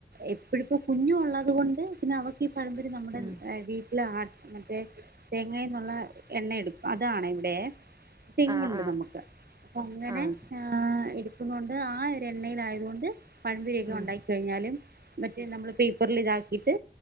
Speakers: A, on the right; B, on the right.
A: എപ്പഴിപ്പോ കുഞ്ഞു ഉള്ളത് കൊണ്ട് പിന്നെ അവൾക്ക് <inaudible> നമ്മുടെ
B: ഉം
A: വീട്ടിൽ ആ മറ്റേ തേങ്ങന്നുള്ള എണ്ണ എടുക്കും അതാണ് എൻ്റെ തെങ്ങുണ്ട്
B: ആഹ് ആഹ്
A: നമുക്ക് അപ്പൊ അങ്ങനെ
B: ആഹ്
A: ആ ണ്ട് ആ ഒരു എണ്ണയിൽ ആയതുകൊണ്ട് പഴം പൊരിയൊക്കെ
B: ഉം
A: ഉണ്ടാക്കി കഴിഞ്ഞാലും മറ്റേ നമ്മൾ പേപ്പറിൽ ഇതാക്കിയിട്ട്